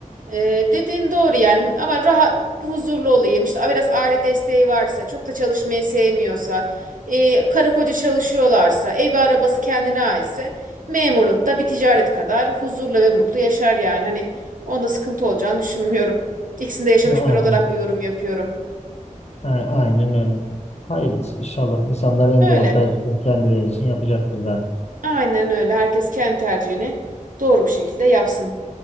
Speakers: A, on the right (about 80°); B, on the left (about 55°).
A: Ee, dediğin doğru yani ama rahat huzurlu olayım işte biraz aile desteği varsa çok da çalışmayı sevmiyorsa e, karı koca çalışıyorlarsa evi arabası kendine aitse memurlukta bir ticaret kadar huzurlu ve mutlu yaşar yani hani onda sıkıntı olacağını düşünmüyorum. İkisinde yaşamış
B: Ne- Aynen,
A: biri olarak bu yorum yapıyorum.
B: a- aynen öyle. Hayırlısı inşallah. insanlar en
A: Öyle
B: doğru tercihleri kendileri için yapacaktır zaten.
A: aynen öyle herkes kendi tercihini doğru bir şekilde yapsın.